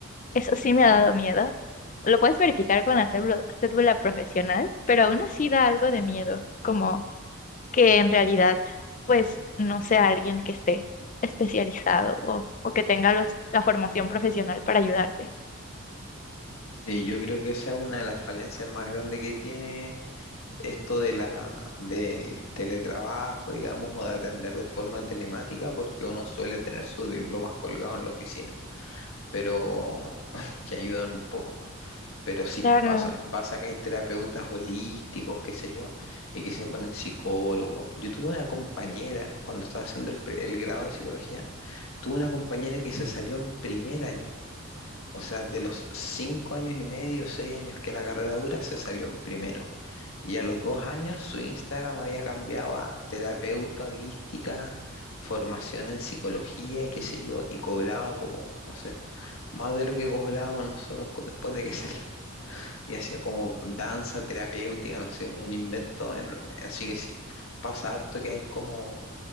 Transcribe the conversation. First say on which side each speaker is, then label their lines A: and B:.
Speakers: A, on the left; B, on the left.
A: Eso sí me ha dado miedo. Lo puedes verificar con la cédula, cédula profesional, pero aún así da algo de miedo, como que en realidad, pues, no sea alguien que esté especializado o, o que tenga los, la formación profesional para ayudarte.
B: sí, yo creo que esa es una de las falencias más grandes que tiene esto de la, del teletrabajo, digamos, o de atender de forma telemática, porque uno suele tener sus diplomas colgados en la oficina, pero <laughs> que ayudan un poco. Pero sí,
A: Claro,
B: pasa, pasa que hay terapeutas holísticos, qué sé yo, y que se ponen psicólogos. Yo tuve una compañera, cuando estaba haciendo el, pre- el grado de psicología, tuve una compañera que se salió en primer año. O sea, de los cinco años y medio, seis años que la carrera dura, se salió en primero. Y a los dos años su Instagram había cambiado a terapeuta holística, formación en psicología y qué sé yo, y cobraba como, no sé, más de lo que cobrábamos nosotros cu- después de que <laughs> salimos. Y hacía como danza terapéutica, no sé, un invento enorme. Así que sí, pasa harto que hay como